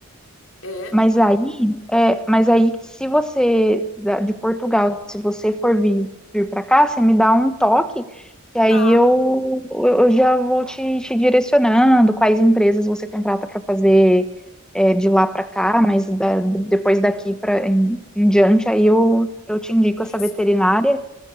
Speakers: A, on the left; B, in the centre.
A: É.
B: Mas aí, é, mas aí, se você da- de Portugal, se você for vir, vir para cá, você me dá um toque, e aí
A: Tá.
B: eu, eu já vou te, te direcionando quais empresas você contrata para fazer é, de lá para cá, mas da- depois daqui para em, em diante, aí eu, eu te indico
A: Isso.
B: essa veterinária.